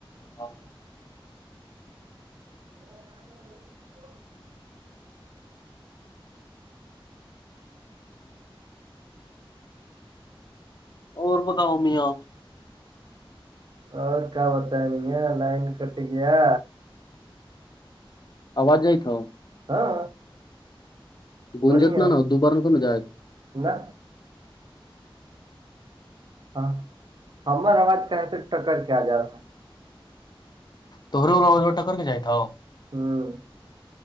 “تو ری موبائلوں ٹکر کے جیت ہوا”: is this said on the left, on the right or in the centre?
Left